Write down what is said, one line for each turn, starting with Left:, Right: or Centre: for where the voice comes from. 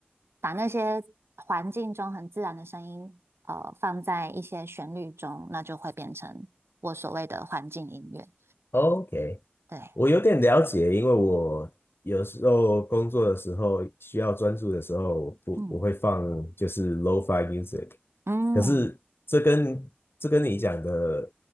Right: 把那些环境中很自然的声音呃放在一些旋律中，那就会变成。我所谓的环境音乐。
Left: ，OK，
Right: 对，
Left: 我有点了解，因为我有时候工作的时候需要专注的时候，我不我会放就是
Right: 嗯
Left: lo-fi music，
Right: 嗯
Left: 可是这跟这跟你讲的